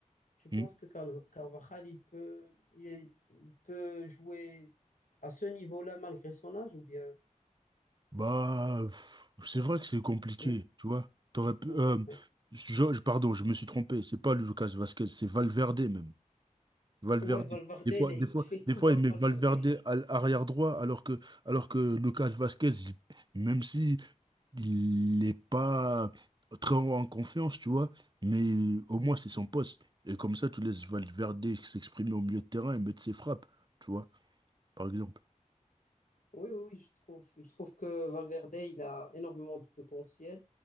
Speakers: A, on the left; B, on the right.
A: tu penses
B: Hmm.
A: que Car- Carvajal, il peut, il est- il peut jouer à ce niveau-là malgré son âge ou bien?
B: bah, pff, c'est vrai que c'est compliqué,
A: je-
B: tu vois. T'aurais pu,
A: oui,
B: euh,
A: oui.
B: je- je- pardon, je me suis trompé, c'est pas Lucas Vasquez, c'est Valverde même. Valverde.
A: Ouais, Valverde,
B: Des fois,
A: il est-
B: des fois,
A: il fait tout
B: des fois,
A: Valverde.
B: il met Valverde à l'arrière droit, alors que, alors que Lucas Vasquez, il- même si il n'est pas très en confiance, tu vois, mais au moins c'est son poste. Et comme ça, tu laisses Valverde s'exprimer au milieu de terrain et mettre ses frappes, tu vois, par exemple.
A: Oui, oui, oui, je trouve, je trouve que Valverde, il a énormément de potentiel.